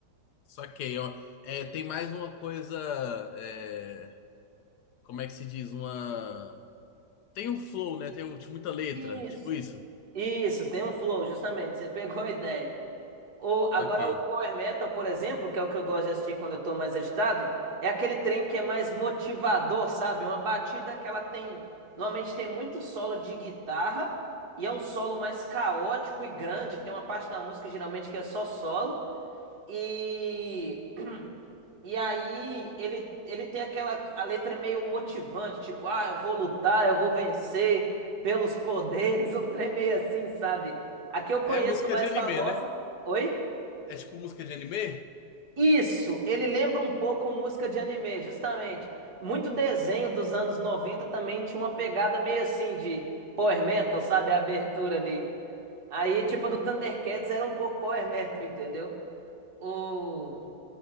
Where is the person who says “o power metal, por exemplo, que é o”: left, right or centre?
Right